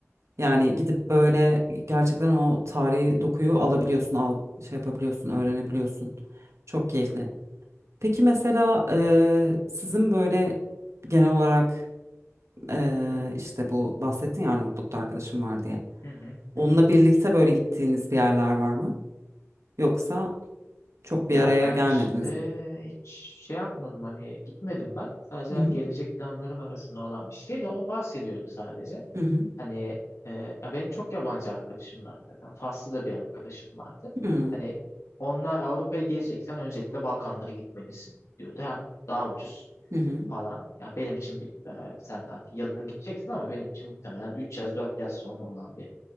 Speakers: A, on the right; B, on the left.
A: Yani
B: Hı
A: gidip
B: hı,
A: böyle gerçekten o tarihi dokuyu alabiliyorsun, al, şey yapabiliyorsun, öğrenebiliyorsun. Çok keyifli.
B: hı hı,
A: Peki mesela eee, sizin böyle genel olarak eee, işte bu bahsettin ya Arnavutluk'ta arkadaşım var diye.
B: hı hı,
A: Onunla
B: hı hı.
A: birlikte böyle gittiğiniz bir yerler var mı? Yoksa çok
B: Ya
A: bir araya
B: ben
A: gelmediniz
B: işte
A: mi?
B: hiç şey yapmadım hani gitmedim ben. Sadece
A: Hı
B: hani gelecek planlarım arasında olan bir şey de o bahsediyordu sadece.
A: hı hı
B: Hani e, ya benim çok yabancı arkadaşım var zaten. Faslı da bir arkadaşım vardı.
A: hı
B: Hani onlar Avrupa'ya geleceksen öncelikle Balkanlara gitmelisin diyordu. Hem daha ucuz
A: hı hı
B: falan. Ya benim için bir, e, sen artık yazın gideceksin ama benim için muhtemelen 3 yaz 4 yaz sonra olan bir